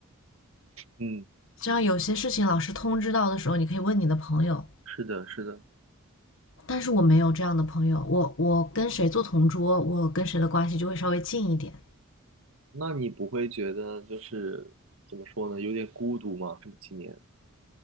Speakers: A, on the right; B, on the left.
A: 嗯，
B: 这样有些事情老师通知到的时候，你可以问你的朋友。
A: 是的，是的。
B: 但是我没有这样的朋友，我我跟谁做同桌，我跟谁的关系就会稍微近一点。
A: 那你不会觉得就是怎么说呢，有点孤独吗？这么几年，